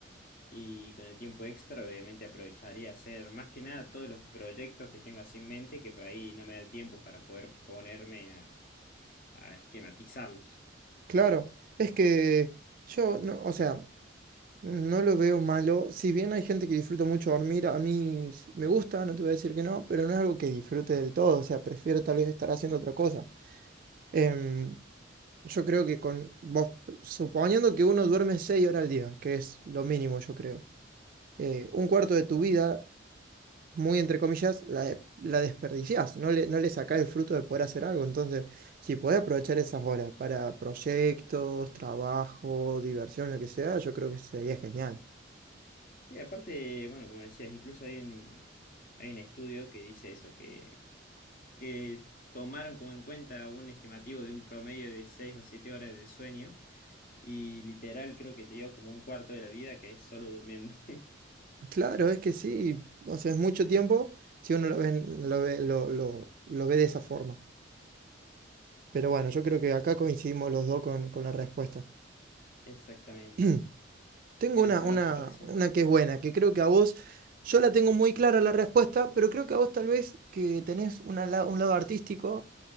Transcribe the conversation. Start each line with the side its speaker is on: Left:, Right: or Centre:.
Left: Y con el tiempo extra, obviamente, aprovecharía hacer más que nada todos los proyectos que tengo así en mente, que por ahí no me da el tiempo para poder ponerme a, a esquematizarlos.
Right: Claro, es que yo, no, o sea... No lo veo malo. Si bien hay gente que disfruta mucho dormir, a mí s- me gusta, no te voy a decir que no, pero no es algo que disfrute del todo. O sea, prefiero tal vez estar haciendo otra cosa. Em, yo creo que con vos, suponiendo que uno duerme seis horas al día, que es lo mínimo, yo creo, eh, un cuarto de tu vida, muy entre comillas, la, de- la desperdiciás. No le, no le sacás el fruto de poder hacer algo. Entonces, si podés aprovechar esas horas para proyectos, trabajo, diversión, lo que sea, yo creo que sería genial.
Left: Y aparte, bueno, como decías, incluso hay un, hay un estudio que dice eso, que, que tomaron como en cuenta un estimativo de un promedio de 6 o 7 horas de sueño, y literal creo que te dio como un cuarto de la vida que es solo durmiendo. <laughs>
Right: Claro, es que sí, o sea, es mucho tiempo si uno lo ve, en- lo ve, lo, lo- lo ve de esa forma. Pero bueno,
Left: Bien,
Right: yo creo que acá coincidimos los dos con, con la respuesta.
Left: exactamente.
Right: <clears throat> Tengo
Left: ¿Quieres
Right: una,
Left: hacer
Right: una,
Left: la próxima?
Right: una que es buena, que creo que a vos, yo la tengo muy clara la respuesta, pero creo que a vos tal vez que tenés una la- un lado artístico,